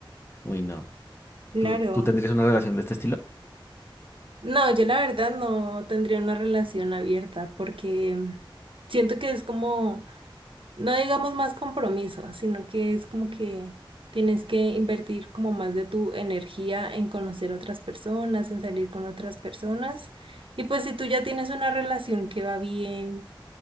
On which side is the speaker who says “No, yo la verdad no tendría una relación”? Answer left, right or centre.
Right